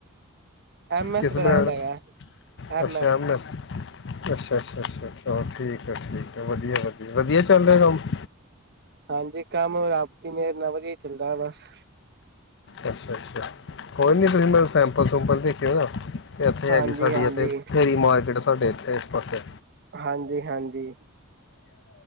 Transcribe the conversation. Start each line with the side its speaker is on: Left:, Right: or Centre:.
Right: ਐਮ ਐੱਸ
Left: ਕਿਸ
Right: ਬ੍ਰਾਂਡ
Left: ਬ੍ਰੈਂਡ ਦਾ
Right: ਹੈਗਾ ਐਮ
Left: ਅੱਛਾ
Right: ਐੱਸ।
Left: ਐਸ ਅੱਛਾ ਅੱਛਾ ਅੱਛਾ ਠੀਕ। ਅੱਛਾ ਠੀਕ ਵਧੀਆ-ਵਧੀਆ-ਵਧੀਆ ਚੱਲ ਰਿਹਾ ਭਾਜੀ
Right: ਹਾਂਜੀ ਕੰਮ ਰਾਤੀ ਦੇ ਮਗਰ ਹੀ ਚੱਲਦਾ ਹੈ ਬਸ।
Left: ਅੱਛਾ-ਅੱਛਾ ਹੋਰ ਨੀ ਕੋਈ ਬਣਾਈ ਸ਼ਰਟਾਂ ਸੂਰਟਾ ਦਿਖੇਉ ਜ਼ਰਾ ਤੇ ਇੱਥੇ
Right: ਹਾਂਜੀ
Left: ਹੈਗੀ ਸਾਡੀ
Right: ਹਾਂਜੀ
Left: ਇਥੇ ਇੱਥੇ ਮੇਨ ਮਾਰਕੀਟ ਸਾਹਾਡੇ ਇੱਥੇ ਇਸ ਪਾਸੇ
Right: ਹਾਂਜੀ ਹਾਂਜੀ।